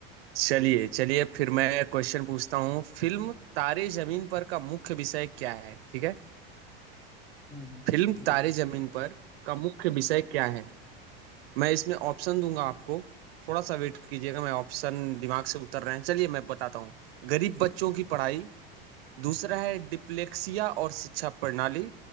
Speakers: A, on the right (about 80°); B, on the left (about 20°).
A: चलिए चलिए फिर मैं क्वेश्चन पूछता हूँ फिल्म तारे जमीन पर का मुख्य विषय क्या है ठीक है
B: हम्म हम्म,
A: फिल्म
B: बिल,
A: तारे जमीन पर का मुख्य विषय क्या है मैं इसमें ऑप्शन दूंगा आपको थोड़ा सा वेट कीजिएगा मैं ऑप्शन दिमाग से उतर रहे हैं चलिए मैं बताता हूँ गरीब बच्चों की पढ़ाई दूसरा है डिप्लेक्सिया और शिक्षा प्रणाली